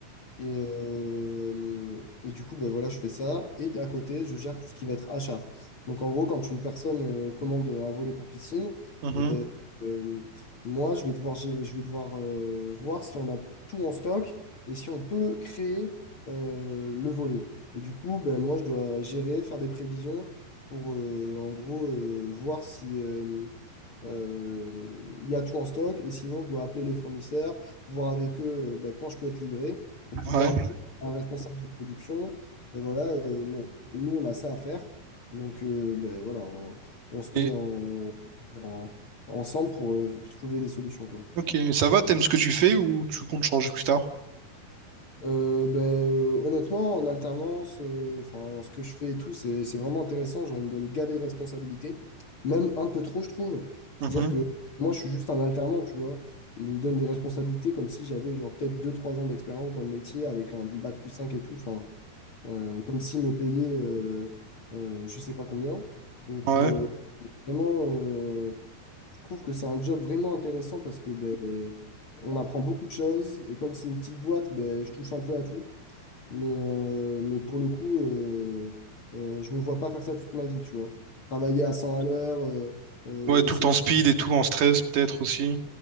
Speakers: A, on the left (about 40°); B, on the right (about 60°).
A: Et, euh, et du coup, ben voilà, je fais ça. Et à côté, je gère tout ce qui va être achat. Donc, en gros, quand une personne euh, commande un volet pour piscine,
B: Mhm.
A: eh ben, euh, moi, je vais devoir, gé- je vais devoir euh, voir si on a tout en stock et si on peut créer euh, le volet. Et du coup, ben, moi, je dois gérer, faire des prévisions pour, euh, en gros, euh, voir si, euh, euh, il y a tout en stock et sinon je dois appeler les fournisseurs, voir avec eux euh, ben, quand je peux être livré pour pouvoir
B: Ouais.
A: dire à un responsable de production, ben voilà, euh, mon- nous, on a ça à faire. Donc, euh, ben voilà, on, on se
B: Et
A: met en, en- ensemble pour euh, trouver des solutions, quoi.
B: ok, ça va, t'aimes ce que tu fais ou tu comptes changer plus tard?
A: Euh, ben, euh, honnêtement, en alternance, euh, enfin, ce que je fais et tout, c'est, c'est vraiment intéressant. Genre, il me donne gavé de responsabilités, même un peu trop, je trouve. C'est-à-dire
B: Mhm.
A: que moi, je suis juste un alternant, tu vois. Et il me donne des responsabilités comme si j'avais genre peut-être deux trois ans d'expérience dans le métier avec un bac plus 5 et tout. Enfin, euh, comme s'il me payait euh, euh, je sais pas combien. Donc,
B: Ouais.
A: euh, vraiment, euh, je trouve que c'est un job vraiment intéressant parce que ben, on apprend beaucoup de choses et comme c'est une petite boîte, ben, je touche un peu à tout. Mais, euh, mais pour le coup, euh, euh, je me vois pas faire ça toute ma vie, tu vois. Travailler à 100 à l'heure, euh, euh,
B: Ouais, tout
A: essayer
B: le temps speed et tout, en stress peut-être aussi.